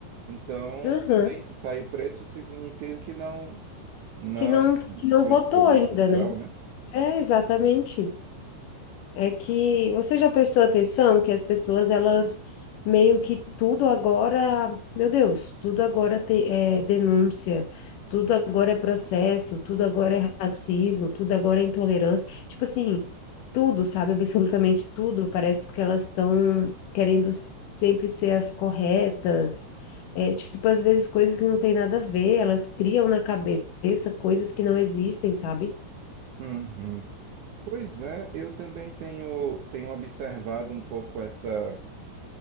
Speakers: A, on the right (about 90°); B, on the left (about 70°).
A: Então,
B: Aham.
A: também se saiu preto, significa que não, não
B: Que não, que não
A: foi
B: votou
A: escolhido
B: ainda,
A: e tal,
B: né?
A: né?
B: É, exatamente. É que você já prestou atenção que as pessoas, elas meio que tudo agora, meu Deus, tudo agora tem, é denúncia, tudo agora é processo, tudo agora é racismo, tudo agora é intolerância. Tipo assim, tudo, sabe? Absolutamente tudo. Parece que elas estão querendo sempre ser as corretas. É, tipo, às vezes coisas que não tem nada a ver, elas criam na cabeça coisas que não existem, sabe?
A: Uhum. Pois é, eu também tenho, tenho observado um pouco essa,